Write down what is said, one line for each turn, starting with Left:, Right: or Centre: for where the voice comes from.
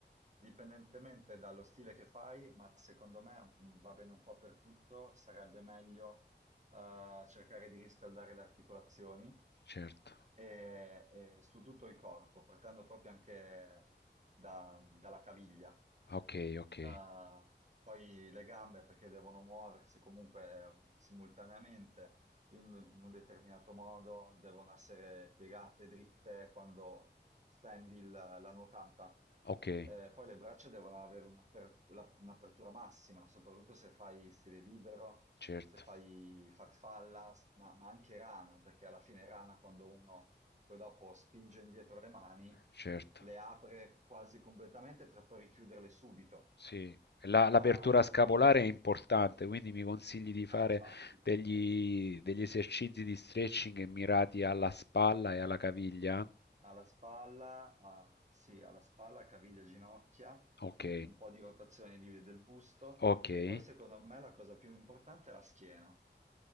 Right: dipendentemente dallo stile che fai, ma secondo me mh, va bene un po' per tutto, sarebbe meglio eh, cercare di riscaldare le articolazioni
Left: Certo.
Right: e, e su tutto il corpo, partendo proprio anche da- dalla caviglia.
Left: Ok, ok,
Right: Ah, poi le gambe perché devono muoversi comunque ehm, simultaneamente in, in un determinato modo, devono essere piegate dritte quando stendi il- la nuotata.
Left: ok,
Right: Eh, poi le braccia devono avere un'apert- la- un'apertura massima, soprattutto se fai stile libero,
Left: certo,
Right: se fai farfalla, s- ma, ma anche rana, perché alla fine rana quando uno poi dopo spinge indietro le mani
Left: certo.
Right: le apre quasi completamente per poi richiuderle subito.
Left: Sì, la- l'apertura
Right: Ah,
Left: scapolare
Right: quin-
Left: è importante, quindi mi consigli di fare
Right: eh, infatti,
Left: degli, degli esercizi di stretching mirati alla spalla e alla caviglia?
Right: alla spalla, ah, sì, alla spalla, caviglia, ginocchia,
Left: Ok,
Right: un po' di rotazione di- del busto
Left: ok.
Right: e
Left: Eh,
Right: poi secondo me la cosa più importante è la schiena.